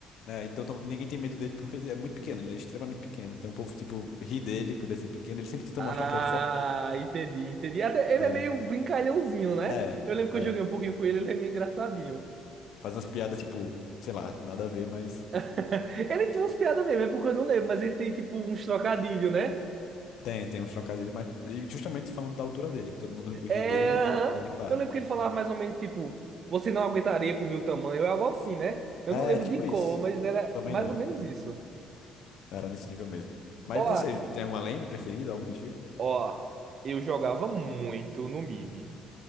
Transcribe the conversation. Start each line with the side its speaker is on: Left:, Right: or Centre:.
Left: é, então tam- ninguém tem medo dele porque ele é muito pequeno, ele é extremamente pequeno. Então o povo, tipo, ri dele por ele ser pequeno. Ele sempre tenta
Right: Ah,
Left: mostrar que é forte.
Right: entendi, entendi. Até ele
Left: É,
Right: é meio brincalhãozinho, né?
Left: é,
Right: Eu lembro que
Left: é.
Right: eu joguei um pouquinho com ele, ele é meio engraçadinho.
Left: Faz umas piadas, tipo, sei lá, nada a ver, mas.
Right: <laughs> Ele tinha umas piadas mesmo, é porque eu não lembro, mas ele tem tipo uns trocadilhos, né?
Left: Tem, tem uns trocadilhos, mas e justamente falando da altura dele, que todo mundo ri
Right: É,
Left: dele,
Right: aham.
Left: aí ele fala.
Right: Eu lembro que ele falava mais ou menos tipo, você não aguentaria com o meu tamanho, é algo assim, né? Eu
Left: É,
Right: não lembro
Left: tipo
Right: de cor,
Left: isso.
Right: mas era
Left: Também
Right: mais
Left: não.
Right: ou menos isso.
Left: Era nesse nível mesmo. Mas
Right: Ó,
Left: você tem alguma lane preferida, algo do tipo?
Right: ó, eu jogava muito no mid,